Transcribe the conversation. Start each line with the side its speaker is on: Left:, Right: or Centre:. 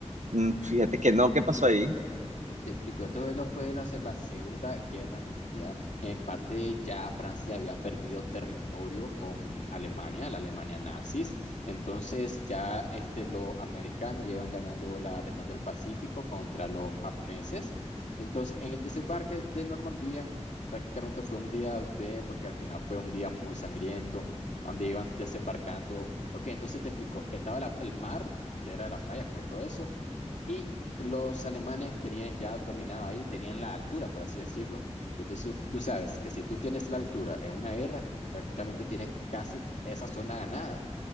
Right: mm, fíjate que no, ¿qué pasó ahí?
Left: Te explico, esto es lo- fue la, se- la Segunda Guerra Mundial. En parte ya Francia había perdido territorio con Alemania, la Alemania nazis. Entonces ya este, los americanos ya iban ganando la región del Pacífico contra los japoneses. Entonces en el desembarque de Normandía prácticamente fue un día de, porque al final fue un día muy sangriento, donde iban desembarcando. Ok, entonces te explico, estaba la- el mar, que era la playa, pues todo eso. Y los alemanes tenían ya dominado ahí, tenían la altura, por así decirlo. Entonces, tú, tú sabes que si tú tienes la altura en una guerra, prácticamente tienes casi esa zona ganada.